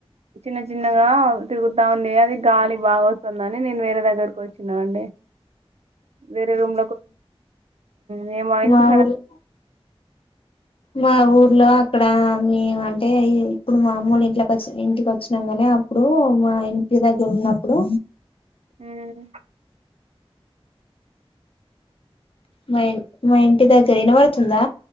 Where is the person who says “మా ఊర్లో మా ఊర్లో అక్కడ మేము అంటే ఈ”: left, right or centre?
Left